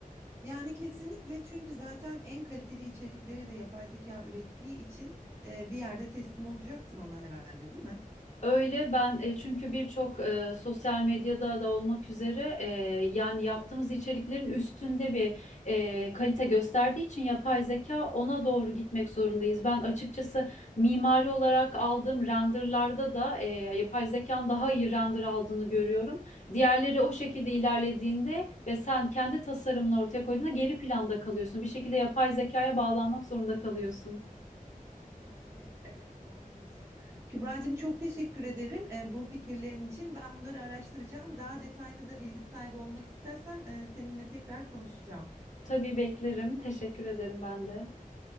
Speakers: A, on the right; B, on the left.
A: yani kesinlikle çünkü zaten en kaliteli içerikleri de yapay zeka ürettiği için e, bir yerde teslim olacaktır ona herhalde değil mi?
B: Öyle ben e, çünkü birçok e, sosyal medyada da olmak üzere e, yani yaptığımız içeriklerin üstünde bir e, kalite gösterdiği için yapay zeka ona doğru gitmek zorundayız. Ben açıkçası mimari olarak aldığım renderlarda da e, yapay zekanın daha iyi render aldığını görüyorum. Diğerleri o şekilde ilerlediğinde ve sen kendi tasarımını ortaya koyduğunda geri planda kalıyorsun. Bir şekilde yapay zekaya bağlanmak zorunda kalıyorsun.
A: Aha evet evet doğru diyorsun. Kübra'cığım çok teşekkür ederim e, bu fikirlerin için. Ben bunları araştıracağım. Daha detaylı da bilgi sahibi olmak istersem e, seninle tekrar konuşacağım.
B: Tabii beklerim. Teşekkür ederim ben de.